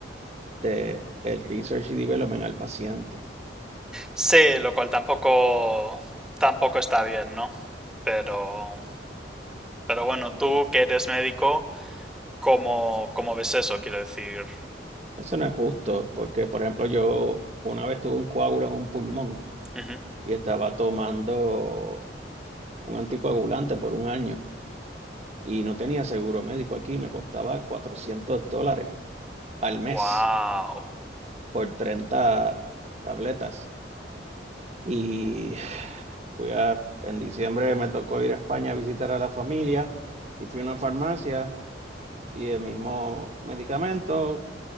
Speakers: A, on the right; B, in the centre.
A: de el research y development al paciente.
B: sí, lo cual tampoco, tampoco está bien, ¿no? Pero, pero bueno, tú que eres médico, ¿cómo, cómo ves eso? Quiero decir,
A: Eso no es justo, porque por ejemplo yo una vez tuve un coágulo en un pulmón
B: Ujú.
A: y estaba tomando un anticoagulante por un año y no tenía seguro médico aquí, me costaba 400 dólares al mes
B: Wow.
A: por treinta tabletas. y fui a, en diciembre me tocó ir a España a visitar a la familia y fui a una farmacia y el mismo medicamento